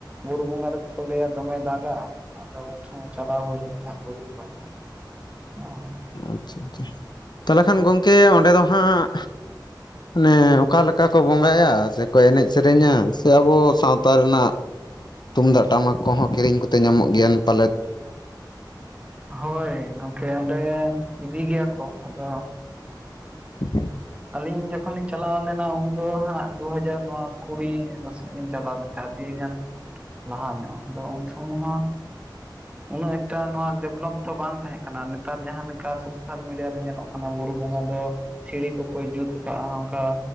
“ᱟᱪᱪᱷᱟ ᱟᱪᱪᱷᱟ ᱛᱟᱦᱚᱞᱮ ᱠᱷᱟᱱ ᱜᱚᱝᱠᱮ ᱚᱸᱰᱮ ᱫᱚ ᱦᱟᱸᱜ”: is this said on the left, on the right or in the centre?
Left